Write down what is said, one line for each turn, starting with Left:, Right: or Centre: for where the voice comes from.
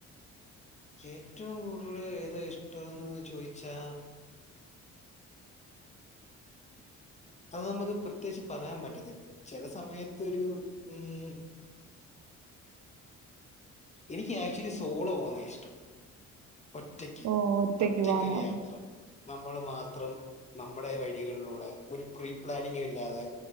Left: ഏറ്റവും കൂടുതൽ ഏതാ ഇഷ്ടംന്ന് ചോയിച്ചാ? അത് നമുക്ക് പ്രത്യേകിച്ച് പറയാൻ പറ്റത്തില്ല ചില സമയത്തൊരു ഉം എനിക്ക് ആക്ച്വലി സോളോ പോന്ന ഇഷ്ടം ഒറ്റക്ക്
Right: ഓ ഒറ്റക്ക്
Left: ഒറ്റക്കൊരു
Right: പോണം
Left: യാത്ര. നമ്മൾ മാത്രം നമ്മുടെ വഴികളിലൂടെ ഒരു പ്രീപ്ലാനിങ് ഇല്ലാതെ